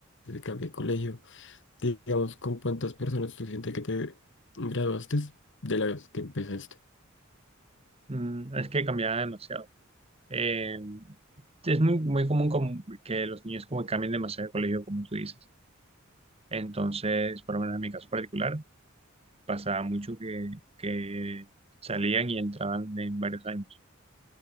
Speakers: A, on the left; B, on the right.
A: se cambia de colegio. Digamos, ¿con cuántas personas tú sientes que te graduaste de las que empezaste?
B: Mm, es que cambiaba demasiado. Eh, es muy, muy común como que los niños como que cambien demasiado de colegio, como tú dices. Entonces, por lo menos en mi caso particular, pasaba mucho que, que salían y entraban en varios años.